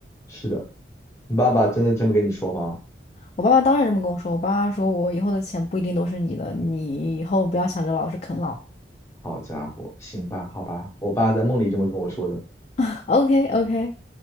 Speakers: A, on the left; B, on the left.
A: 是的，你爸爸真的这么跟你说吗？
B: 我爸爸当然这么跟我说，我爸爸说我以后的钱不一定都是你的，你以后不要想着老是啃老。
A: 好家伙，行吧，好吧，我爸在梦里这么跟我说的。
B: <laughs> OK OK，